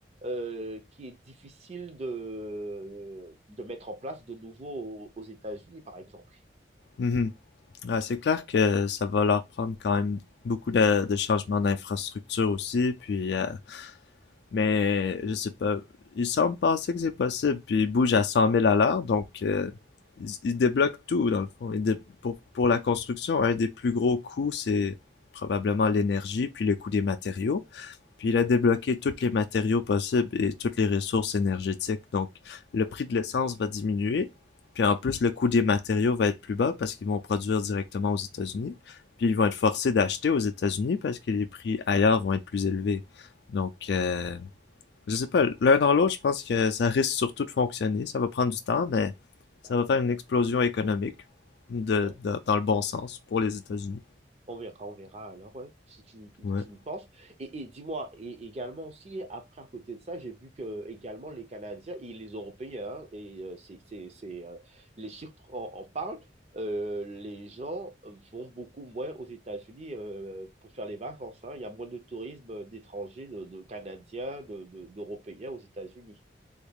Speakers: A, on the right; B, on the left.
A: euh, qui est difficile de, de mettre en place de nouveau aux, aux États-Unis, par exemple.
B: Ouais. Mhm. Ouais, c'est clair que ça va leur prendre quand même beaucoup de, de changements d'infrastructure aussi, puis euh, mais je sais pas, ils semblent penser que c'est possible, puis ils bougent à cent mille à l'heure, donc euh, ils, ils débloquent tout dans le fond. Ils dé- pour, pour la construction, un des plus gros coûts, c'est probablement l'énergie, puis le coût des matériaux. Puis il a débloqué toutes les matériaux possibles et toutes les ressources énergétiques. Donc, le prix de l'essence va diminuer. Puis
A: Mhm,
B: en plus, le coût des matériaux va être plus bas parce qu'ils vont produire directement aux États-Unis. Puis ils vont être forcés d'acheter aux États-Unis parce que les prix ailleurs vont être plus élevés. Donc, euh, je sais pas, l'un dans l'autre, je pense que ça risque surtout de fonctionner. Ça va prendre du temps, mais ça
A: D'accord.
B: va faire une explosion économique de,
A: Donc,
B: de- dans le bon sens pour les États-Unis.
A: on verra, on verra alors, ouais, si tu, tu,
B: Ouais.
A: tu le penses. Et, et dis-moi, et également aussi, après, à côté de ça, j'ai vu que également les Canadiens et les Européens, hein, et euh, c'est, c'est, c'est, euh, les chiffres en, en parlent, euh, les gens vont beaucoup moins aux États-Unis euh, pour faire les vacances, hein. Il y a moins de tourisme d'étrangers, de, de Canadiens, de, de- d'Européens aux États-Unis.